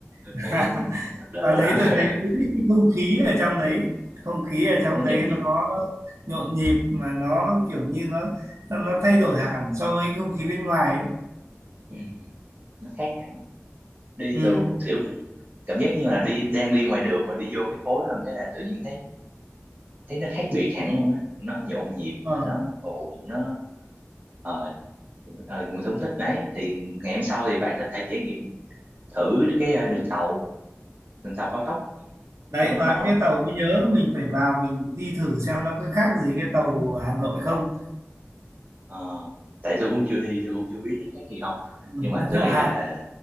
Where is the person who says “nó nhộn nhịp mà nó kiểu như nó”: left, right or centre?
Right